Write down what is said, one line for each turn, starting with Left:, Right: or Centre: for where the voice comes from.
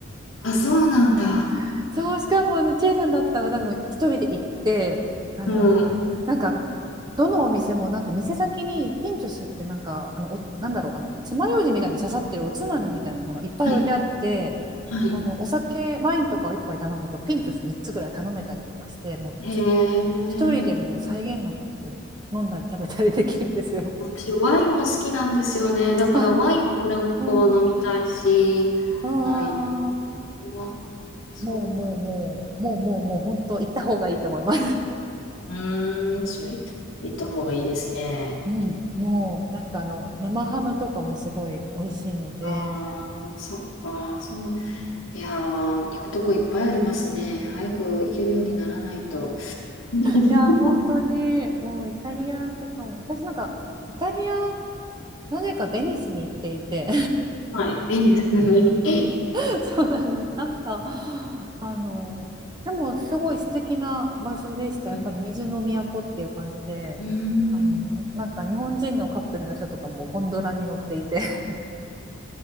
Left: あそうなんだ。
Right: <laughs> そうしかもあのチェイさんだったら多分一人で行ってあのなんか
Left: うん。
Right: どのお店もなんか店先にピンチョスってなんかあのおなんだろうあの爪楊枝みたいに刺さってるおつまみみたいなのがいっぱい置いてあって
Left: はい。はい。
Right: あのお酒、ワインとかを一杯頼むと、ピントス3つぐらい頼めたりとかして、もうずっと
Left: へえ。
Right: 一人でもう際限なくこう飲んだり食べたりできるんですよ。
Left: 私、ワインも好きなんですよね。だから、
Right: あ、
Left: ワインもなんかこう飲みたいし、
Right: うんうん。
Left: あ、いい
Right: ああ、
Left: わそうか。
Right: もうもうもう、もうもうもう本当行った方がいいと思います。
Left: うーん、それ、行った方がいいですね。
Right: <laughs> うん、もうなんかあの生ハムとかもすごい美味しいので、
Left: ああ、そっか。そのいやー、行くとこいっぱいありますね。早く行けるようにならないと。<laughs>
Right: いや本当にもうイタリアとかも、私なんかイタリアなぜかベニスに行っていて
Left: はい。いいですね。
Right: <laughs> そうなんです。なんか、あの、でもすごい素敵な場所でした。やっぱり水の都っていう感じで、
Left: <laughs> え、うーん。
Right: あの、なんか日本人のカップルの人とかもゴンドラに乗っていて、<laughs>